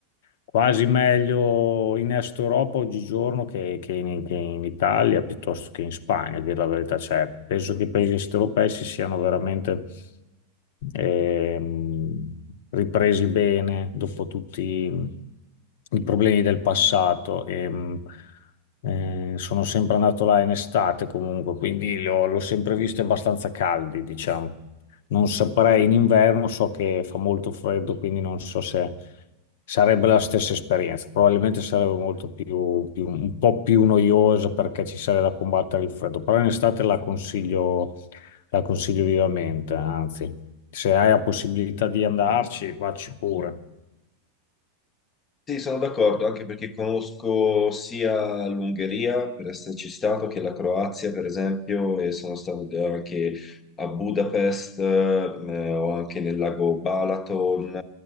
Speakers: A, on the left; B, on the left.
A: quasi meglio in Est Europa oggigiorno che, che in, che in Italia piuttosto che in Spagna, a dire la verità. Cioè, penso che i paesi est europei si siano veramente ehm, ripresi bene dopo tutti i problemi del passato. E, eh, sono sempre andato là in estate comunque, quindi l'ho l'ho sempre visto abbastanza caldi, diciamo. Non saprei in inverno, so che fa molto freddo, quindi non so se sarebbe la stessa esperienza. Probabilmente sarebbe molto più, più- un po' più noiosa perché ci sarebbe da combattere il freddo, però in estate la consiglio, la consiglio vivamente, anzi, se hai la possibilità di andarci, vacci pure.
B: Sì, sono d'accordo, anche perché conosco sia l'Ungheria, per esserci stato, che la Croazia, per esempio, e sono stato anche a Budapest, eh, o anche nel lago Balaton,